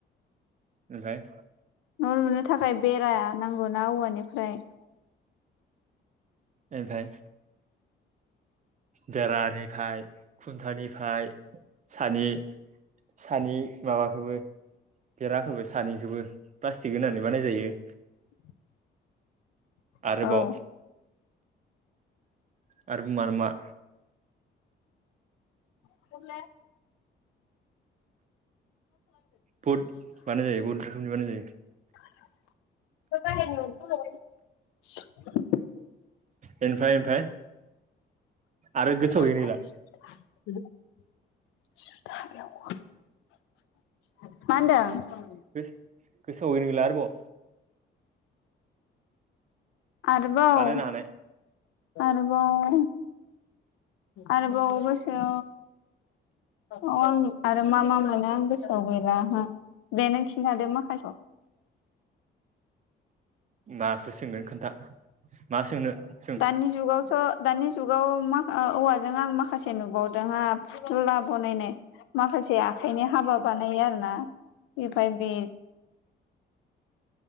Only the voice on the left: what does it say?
न' लुनो थाखाय बेरा नांगौनाा औवानिफ्राय
<inaudible>
औ
अ <unintelligible>
ब न अथ <unintelligible>
मा
<unintelligible> मा होनदों।
आरोबाव
आरोबाव आरबाव गेसौ अ आं आरो मा मा मोनो आं गोसोआव गैला दे नों खिनथादो माखासे
दानि जुगावथ' दानि जुगाव माख औवाजों आं माखासे नुबावदों ह फुथुला बनायनाय माखासे आखाइनि हाबा बानायो आरोना ओमफाय बि